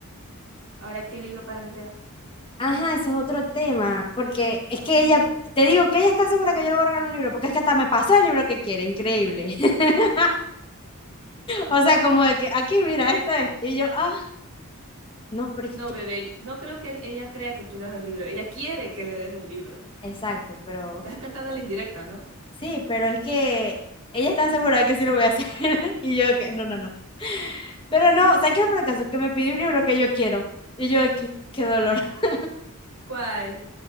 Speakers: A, on the right (about 90°); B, on the left (about 25°).
A: Ahora, ¿qué libro para Andrea?
B: Ajá, eso es otro tema, porque es que ella, te digo que ella está segura que yo le voy a regalar un libro, porque es que hasta me pasó el libro que quiere, increíble. <laughs> O sea, como de que aquí, mira, esto es. Y yo, ah, no, pero es
A: No,
B: que quiero-
A: bebé, yo- no creo que él- ella crea que tú le das un libro. Ella quiere que le des un libro.
B: Exacto, pero
A: Estás cantando la indirecta, ¿no?
B: sí, pero es que ella está segura de que sí lo voy a hacer. <laughs> Y yo, que no, no, no.
A: Ujú.
B: Pero no, ¿sabes qué? Por el caso, que me pidió un libro que yo quiero. Y yo, qué, qué dolor. <laughs>
A: ¿Cuál?